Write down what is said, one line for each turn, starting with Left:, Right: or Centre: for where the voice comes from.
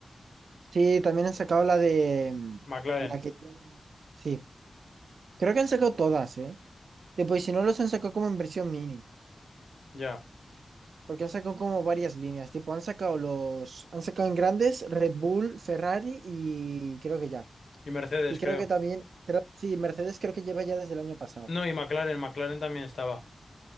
Right: Sí, también han sacado la de mm,
Left: McLaren.
Right: la que tiene- Sí, creo que han sacado todas, ¿eh? Tipo, y si no los han sacado como en versión mini,
Left: Ya.
Right: porque han sacado como varias líneas, tipo, han sacado los, han sacado en grandes Red Bull, Ferrari y creo que ya.
Left: Y Mercedes,
Right: Y creo
Left: creo.
Right: que también, creo- sí, Mercedes creo que lleva ya desde el año pasado.
Left: No, y McLaren, McLaren también estaba.